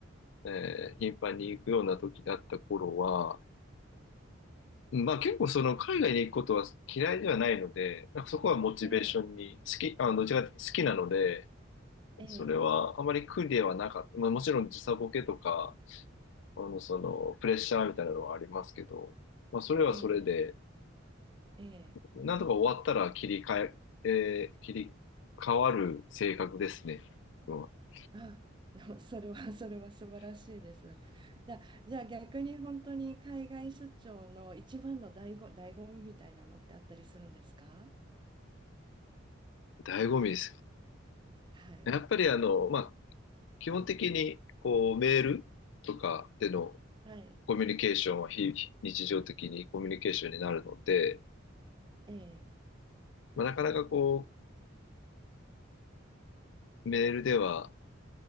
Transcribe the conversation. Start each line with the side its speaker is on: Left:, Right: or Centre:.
Left: えー頻繁に行くような時だった頃は、まあ結構その海外に行くことは嫌いではないので、なんかそこはモチベーションに、
Right: ええ、
Left: 好き、あの、どちらかというと好きなので、
Right: ええ、
Left: それはあまり苦ではなかった。まあもちろん時差ボケとか、あの、その、プレッシャーみたいなのはありますけど、まあそれはそれで、
Right: ええ、ええ。
Left: なんとか終わったら切り替え、えー切り替わる性格ですね。うん <laughs>
Right: あ、でもそれは、それは素晴らしいです。じゃあ、じゃあ逆に本当に海外出張の一番の醍醐、醍醐味みたいなのってあったりするんですか
Left: 醍醐味です。
Right: はい、
Left: やっぱりあの、まあ、基本的にこうメールとかでの
Right: はい、
Left: コミュニケーションは非日常的にコミュニケーションになるので、
Right: ええ、
Left: まあ、なかなかこうメールでは